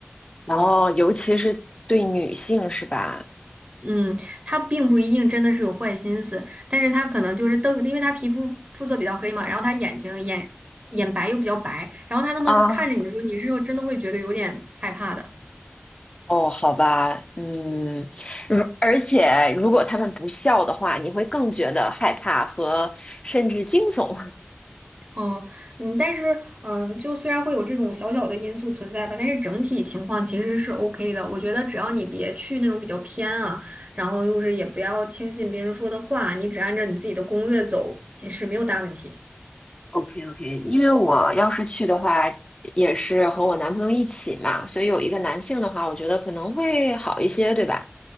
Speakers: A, on the left; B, on the right.
A: 然后尤其是对女性是吧？
B: 嗯，他并不一定真的是有坏心思，但是他可能就是瞪，因为他皮肤肤色比较黑嘛，然后他眼睛眼眼白又比较白，然后他那么看着你的时候，
A: 啊，
B: 你是真的会觉得有点害怕的。
A: 哦，好吧，嗯，如而且如果他们不笑的话，你会更觉得害怕和甚至惊悚。
B: 哦，嗯，但是，嗯，就虽然会有这种小小的因素存在吧，但是整体情况其实是 OK 的。我觉得只要你别去那种比较偏啊，然后又是也不要轻信别人说的话，你只按照你自己的攻略走也是没有大问题。
A: OK OK，因为我要是去的话，也是和我男朋友一起嘛，所以有一个男性的话，我觉得可能会好一些，对吧？